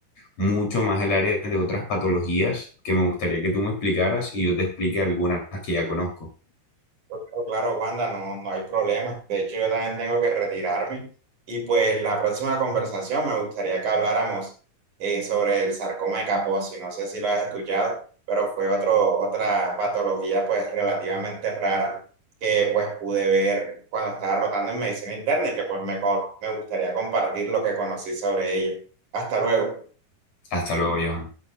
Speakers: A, on the left; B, on the right.
A: mucho más el área de otras patologías que me gustaría que tú me explicaras y yo te explique algunas que ya conozco.
B: Claro, claro, Wanda, no, no hay problema. De hecho, yo también tengo que retirarme. Y pues la próxima conversación me gustaría que habláramos eh, sobre el sarcoma de Kaposi. No sé si lo has escuchado, pero fue otro, otra patología pues relativamente rara que pues pude ver cuando estaba rotando en medicina interna y que pues me, co- me gustaría compartir lo que conocí sobre ella. Hasta luego.
A: Hasta luego, Johan.